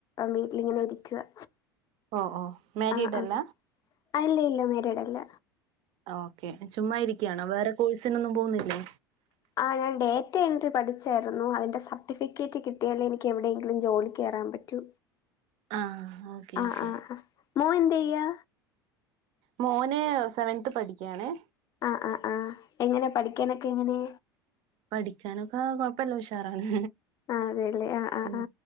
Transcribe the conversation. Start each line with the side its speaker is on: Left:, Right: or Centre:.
Left: വീട്ടിലിങ്ങനെ ഇരിക്കുവാ
Right: ഓ ഓ മ്യാരീഡ്
Left: ആ ആ
Right: അല്ല
Left: അല്ല ഇല്ല മ്യാരീടല്ല
Right: ഓക്കെ ചുമ്മായിരിക്കയാണോ വേറെ കോഴ്സിനൊന്നും പോവുന്നില്ലേ
Left: ആ ഞാൻ ഡേറ്റ എൻട്രി പഠിച്ചായിരുന്നു അതിന്റെ സർട്ടിഫിക്കറ്റ് കിട്ടിയാൽ എനി ക്ക് എവിടെയെങ്കിലും ജോലിക്ക് കേറാൻ പറ്റൂ
Right: ആഹ് ഓക്കെ
Left: ആ
Right: ഓക്കെ
Left: ആ ആ മോൻ എന്തയ്യാ
Right: മോന് സെവൻത് പഠിക്കാണെ
Left: ആ ആ എങ്ങനെ പഠിക്കാനൊക്കെ എങ്ങനെ
Right: പഠിക്കാനൊക്കെ കൊഴപ്പല്ല ഉഷാറാണ്
Left: ആ അതെല്ലേ ആ ആ
Right: ഉം
Left: ആ